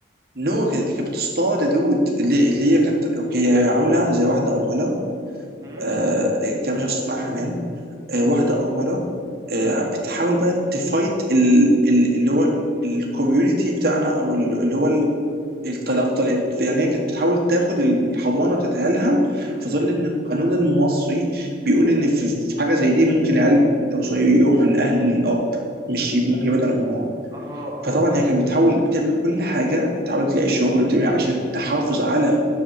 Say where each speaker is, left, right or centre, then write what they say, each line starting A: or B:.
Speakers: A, on the right (about 60°); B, on the right (about 20°).
A: نو كان- اللي كانت بتصطاد يا دود اللي اللي هي كانت اوكي هي عامله زي واحده ارمله
B: امم
A: آه إيه، كان مش عارف اسمها حنان آه
B: امم
A: واحده ارمله آه بتحاول بقى تفايت ال- ال- اللي هو الكوميونتي بتاعنا او ال- اللي هو الطلاق يعني هي كانت بتحاول تاخد الحضانه بتاعت عيالها
B: امم
A: في ظل ان القانون المصري بيقول ان في في حاجه زي دي ممكن العيال لو صغير يروح لاهل الاب مش ي- ممكن يبعد عن امها
B: اها اها
A: فطبعا هي كانت بتحاول بتعمل كل حاجه بتحاول تلاقي شغل بتعمل عشان تحافظ على